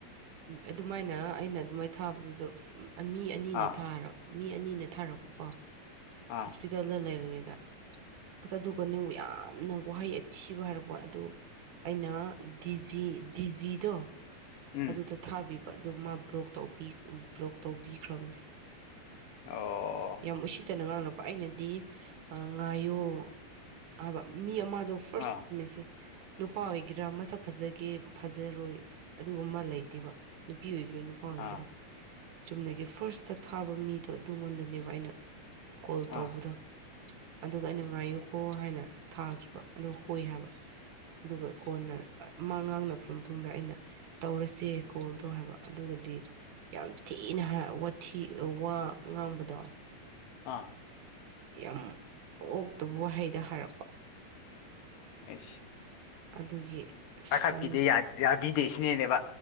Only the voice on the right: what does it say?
ꯑꯗꯨꯃꯥꯏꯅ ꯑꯩꯅ ꯑꯗꯨꯃꯥꯏꯅ ꯊꯥꯕꯗꯨꯗ ꯃꯤ ꯑꯅꯤꯅ
ꯊꯥꯔ ꯃꯤ ꯑꯅꯤꯅ ꯊꯥꯔꯛꯄꯀꯣ
ꯍꯣꯁꯄꯤꯇꯥꯜꯗ ꯂꯩꯔꯤꯉꯩꯗ ꯑꯁ ꯑꯗꯨꯒ ꯅꯕꯨꯛ ꯌꯥꯝꯅ ꯋꯥꯍꯩ ꯑꯊꯤꯕ ꯍꯥꯏꯔꯄꯣ ꯑꯗꯨ ꯑꯩꯅ ꯗꯤꯖꯤ ꯗꯤꯖꯤꯗꯣ
ꯑꯗꯨꯗ ꯊꯥꯕꯤꯕ ꯑꯗꯨ ꯃꯥ ꯕ꯭ꯂꯣꯛ ꯕ꯭ꯂꯣꯛ ꯇꯧꯕꯤꯈ꯭ꯔꯕꯅꯦ
ꯌꯥꯝ ꯏꯁꯤꯤ ꯇꯅꯉꯅ ꯑꯩꯅꯗꯤ ꯉꯥꯏꯌꯣ ꯍꯥꯏꯕ ꯃꯤ ꯑꯃꯗꯣ ꯐꯥꯔꯁ
ꯃꯤꯦꯁꯦꯁ ꯅꯨꯄꯥ ꯑꯣꯏꯒꯦꯔꯥ ꯃꯁꯛ ꯐꯖꯒꯦ ꯐꯖꯔꯣꯏ ꯑꯗꯨꯒꯨꯝ ꯑꯃ ꯂꯩꯇꯦꯕ ꯅꯨꯄꯤ ꯑꯣꯏꯒꯦꯔꯥ ꯅꯨꯄꯥ ꯑꯣꯏꯒꯦꯔꯥ
ꯆꯨꯝꯅꯒꯤ ꯐꯥꯔꯁꯇ ꯊꯥꯕ ꯃꯤꯗꯣ ꯑꯗꯨꯉꯣꯟꯗꯅꯦꯕ ꯑꯩꯅ ꯀꯣꯜ
ꯇꯧꯕꯗꯣ ꯑꯗꯨꯒ ꯑꯩꯅ ꯉꯥꯏꯌꯨꯀꯣ ꯍꯥꯏꯅ ꯊꯥꯈꯤꯕ ꯑꯗꯨ ꯍꯣꯏ ꯍꯥꯏꯕ ꯑꯗꯨꯒ ꯀꯣꯟꯅ ꯃ ꯉꯥꯡꯅꯈ꯭ꯔ ꯃꯇꯨꯡꯗ ꯑꯩꯅ ꯇꯧꯔꯁꯦ ꯀꯣꯜꯗꯣ ꯍꯥꯏꯕ ꯑꯗꯨꯒꯗꯤ ꯌꯥꯝ ꯊꯤꯅ ꯍꯥ ꯋꯥꯊꯤ ꯋꯥ ꯉꯥꯡꯕꯗꯣ
ꯌꯥꯝ ꯑꯣꯛꯇꯕ ꯋꯥꯍꯩꯗ ꯍꯥꯏꯔꯛꯄ
ꯑꯗꯨꯒꯤ ꯁꯥꯎꯅꯤꯡ